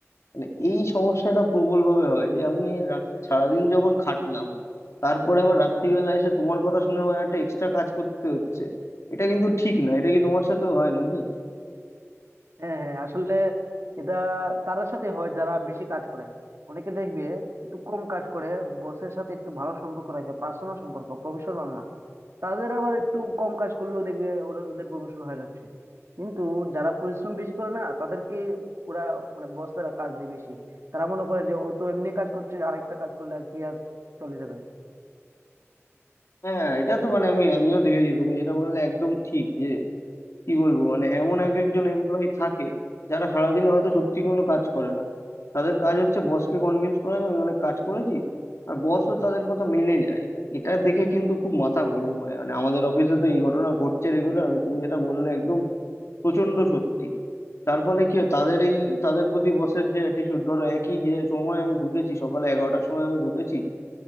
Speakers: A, on the left (about 70°); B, on the right (about 65°).
A: মানে এই সমস্যাটা প্রবল ভাবে হয় যে আমি রাত- সারাদিন যখন খাটলাম তারপরে আবার রাত্রিবেলা এসে তোমার কথা শুনে আমার একটা এক্সট্রা কাজ করতে হচ্ছে এটা কিন্তু ঠিক না এটা কি তোমার সাথেও হয় নাকি
B: হ্যাঁ হ্যাঁ আসলে এটা তাদের সাথে হয় যারা বেশি কাজ করে অনেকে দেখবে একটু কম কাজ করে বসের সাথে একটু ভালো সম্পর্ক রাখে পার্সোনাল সম্পর্ক প্রফেশনাল না তাদের আবার একটু কম কাজ করলেও দেখবে ওরা ওদের প্রমোশন হয়ে যাচ্ছে কিন্তু যারা পরিশ্রম বেশি করে না তাদেরকে ওরা মানে বসরা কাজ দেয় বেশি তারা মনে করে যে ও তো এমনি কাজ করছে আরেকটা কাজ করলে আর কি আর চলে যাবে
A: হ্যাঁ এটা তো মানে আমি আমিও দেখেছি তুমি যেটা বললে একদম ঠিক যে কি বলবো মানে এমন এক একজন এমপ্লয়ি থাকে যারা সারাদিনে হয়তো সত্যি কোনো কাজ করে না তাদের কাজ হচ্ছে বসকে কনভিন্স করা যে আমি অনেক কাজ করেছি আর বসও তাদের কথা মেনে যায় এটা দেখে কিন্তু খুব মাথা গরম হয় মানে আমাদের অফিসে তো এই ঘটনা ঘটছে রেগুলার আমি তুমি যেটা বললে একদম প্রচন্ড সত্যি তার ফলে কি হয় তাদের এই তাদের প্রতি বসের যে অ্যাটিচিউড ধরো একই যে সময় আমি ঢুকেছি সকালে এগারোটার সময় আমি ঢুকেছি